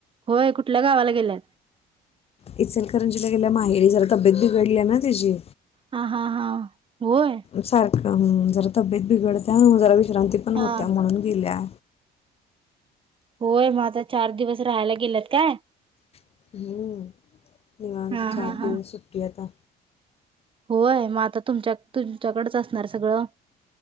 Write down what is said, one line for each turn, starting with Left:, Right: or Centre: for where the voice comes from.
Right: होय कुठल्या गावाला गेल्यात?
Left: इचलकरंजी गेल्याय माहेरी जरा तब्येत बिघडली आहे ना तिची
Right: हा हा हा होय.
Left: सारखं जरा तब्येत बिघडते जरा विश्रांती पण होत्या
Right: हा
Left: म्हणून गेल्या.
Right: होय मग आता चार दिवस राहायला गेलेत काय?
Left: हम्म. निवांत
Right: हा
Left: चार
Right: हा
Left: दिवस
Right: हा
Left: सुट्टी आता.
Right: होय मग आता तुमच्या तुमच्याकडच असणार सगळं?